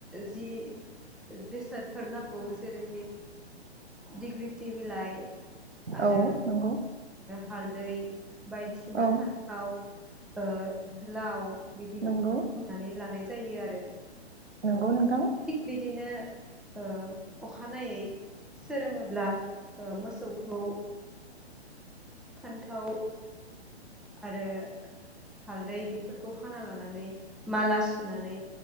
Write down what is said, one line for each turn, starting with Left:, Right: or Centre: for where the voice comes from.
Centre: जि बेसादफोर नांगौ जेरै दिग्लिलिथि बिलाइ आरो
Right: औ नंगौ
Centre: हालदै बायदिसिना
Right: औ
Centre: फानथाव ओ लाव बिदि
Right: नंगौ
Centre: बुथुमनानै लानाय जायो आरो अ
Right: नंगौ नोंथां
Centre: थिग बिदिनो ओ अखानायै सोरांङोब्ला मोसौ औ ओ फान्थाव आरो हालदै बेफोरखौ हाना लानानै माला सुनानै